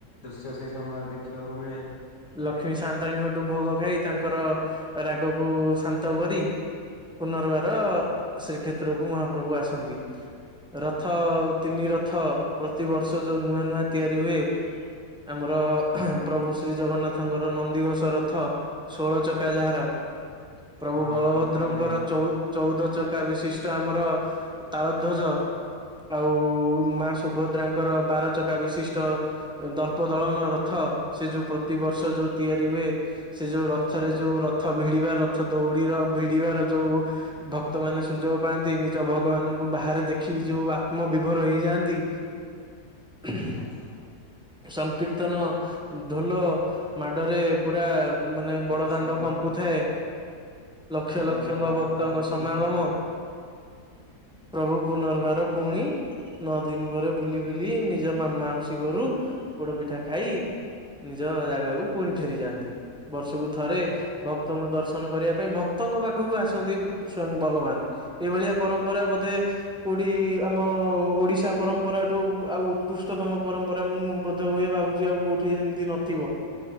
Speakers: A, on the left; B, in the centre.
A: ଦୃଶ୍ୟ ସେଇ ସମୟରେ ଦେଖିବାକୁ ମିଳେ
B: ଲକ୍ଷ୍ମୀ ସାଆନ୍ତାଣୀଙ୍କଠୁ ଭୋଗ ଖାଇ ତାଙ୍କର ରାଗକୁ ଶାନ୍ତ କରି ପୁନର୍ବାର ଶ୍ରୀକ୍ଷେତ୍ରକୁ ମହାପ୍ରଭୁ ଆସନ୍ତି। ରଥ ତିନି ରଥ ପ୍ରତିବର୍ଷ ଯୋଉ ନୂଆ ନୂଆ ତିଆରି ହୁଏ। ଆମର ପ୍ରଭୁ ସ ଶ୍ରୀ ଜଗନ୍ନାଥଙ୍କର ନନ୍ଦିଘୋଷ ରଥ ଷୋଳ ଚକା ଯାହାର ପ୍ରଭୁ
A: ହଁ
B: ବଳଭଦ୍ରଙ୍କର
A: ଠିକ କହିଲେ ଆପଣ
B: ଚ ଚଉଦ ଚକା ବିଶିଷ୍ଟ ଆମର ତାଳଧ୍ୱଜ ଆଉ ମା ସୁଭଦ୍ରାଙ୍କର ବାରଚକା ବିଶିଷ୍ଟ ଦର୍ପ ଦଳନ ରଥ ସେ ଯୋଉ ପ୍ରତିବର୍ଷ ଯୋଉ ତିଆରି ହୁଏ। ସେ ଯୋଉ ରଥରେ ଯୋଉ ରଥ ଭିଡିବା ରଥ ଦଉଡିର ଭିଡିବାର ଯୋଉ ଭକ୍ତ ମାନେ ସୁଯୋଗ ପାଆନ୍ତି ନିଜ ଭଗବାନଙ୍କୁ ବାହାରେ ଦେଖି ଯୋଉ ଆତ୍ମ ବିିଭୋର ହେଇଯାଆନ୍ତି ଉ ହୁ
A: ଆଜ୍ଞା
B: ସଂକୀର୍ତ୍ତନ ଢୋଲ ମାଡରେ ପୁରା ମାନେ
A: କେତେ
B: ବଡ ଦାଣ୍ଡ
A: ସୁନ୍ଦର
B: କମ୍ପୁଥାଏ। ଲକ୍ଷ
A: ସୁନ୍ଦରରେ
B: ଲକ୍ଷଙ୍କ
A: ବାଜା
B: ଭକ୍ତଙ୍କ
A: ବାଇଦ
B: ସମାଲମ
A: ହୋଇଥାଏ
B: ପ୍ରଭୁ ପୁନର୍ବାର ପୁଣି ନଅ ଦିନ ପରେ ବୁଲି ବୁଲି ନିଜ ମାମା ମାଉସି ଘରୁ ପୋଡ ପିଠା ଖାଇ ନିଜ ଜାଗାକୁ ପୁଣି ଫେରିଯାଆନ୍ତି ବର୍ଷକୁ ଥରେ
A: ଆଜ୍ଞା।
B: ଭ ଭକ୍ତଙ୍କୁ ଦର୍ଶନ କରିବା ପାଇଁ ଭକ୍ତଙ୍କ ପାଖକୁ ଆସନ୍ତି ସ୍ଵୟଂ ଭଗବାନ ଏଇଭଳିଆ ପରମ୍ପରା ବୋଧେ କୋଉଠି ଆମ ଓଡିଶା ପରମ୍ପରାଠୁ ଆଉ ଉତ୍କୃଷ୍ଟତମ ପରମ୍ପରା ମୁଁ ବଧ ହୁଏ ଭାବୁ ଆଉ କୋଉଠି ସେମତି ନଥିବ